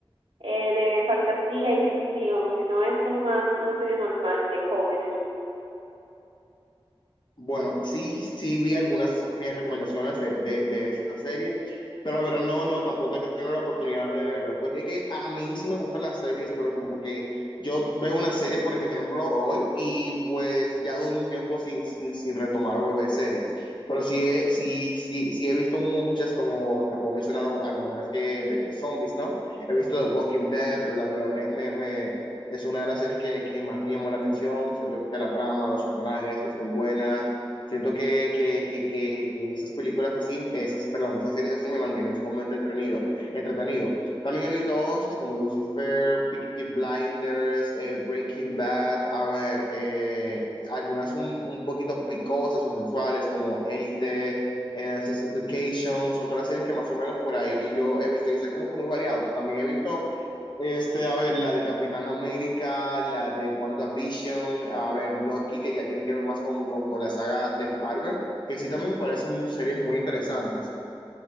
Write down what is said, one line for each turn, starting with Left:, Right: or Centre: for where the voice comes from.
Right: eh, de fantasía y ficción, sino es como más una serie normal de jóvenes.
Left: Bueno, sí, sí vi algunas eh, recomendaciones de, de, de esa serie, pero la verdad no, no, tampoco he tenido la oportunidad de verlas, porque es que a mí sí me gustan las series, pero como que yo veo una serie, por ejemplo, hoy y pues ya duro un tiempo sin, sin, sin retomar o ver series, pero sí he, sí, sí, sí he visto muchas, como te puedo mencionar o- algunas que de, de zombies, ¿no? He visto The Walking Dead, pero la verdad me, me, me es una de las series que, que más me llamó la atención, siento que la trama, los personajes es muy buena Siento que, que, que, que, que esas películas así, esas, perdón, esas series así me mantienen sumamente entretenido, entretenido. También he visto otras como Lucifer, Peaky Blinders, eh, Breaking Bad, a ver, eh, algunas un, un poquito picosas o sensuales como Elite, eh, Sex Education, son de las series que más o menos por ahí yo he visto. Yo soy como que muy variado. También he visto este, a ver, la del Capitán América, la de WandaVision, a ver, Loki, que ya tienen que ver más con, con, con la saga de Marvel, que sí también me parecen mu- series muy interesantes.